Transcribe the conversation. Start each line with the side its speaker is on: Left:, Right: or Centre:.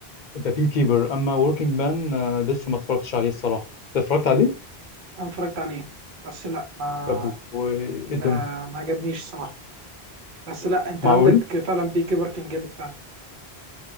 Left: ذا بي كيبر اما وركينج مان لسه ما اتفرجتش عليه الصراحه انت اتفرجت عليه
Right: انا اتفرجت عليه بس لا ما
Left: طب وايه
Right: لا
Left: الدنيا
Right: ما عجبنيش الصراحه بس لا انت
Left: معقول
Right: عندك فعلا بي كيبر كان جامد فعلا